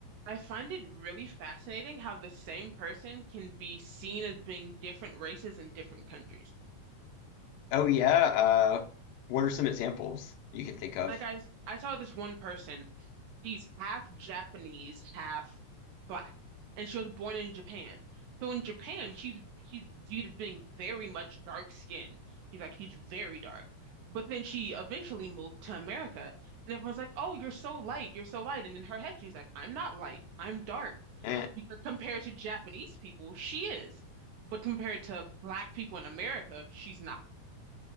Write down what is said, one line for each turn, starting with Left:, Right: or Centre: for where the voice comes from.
Right: I find it really fascinating how the same person can be seen as being different races in different countries.
Left: Oh yeah, uh what are some examples you can think of?
Right: Like I, s- I saw this one person, she's half Japanese, half black, and she was born in Japan. So in Japan, she's she's viewed as being very much dark skinned. She's like she's very dark. But then she eventually moved to America, and everyone's like, "Oh, you're so light, you're so light." And in her head, she's like, "I'm not light, I'm dark."
Left: Eh.
Right: because compared to Japanese people, she is. But compared to black people in America, she's not.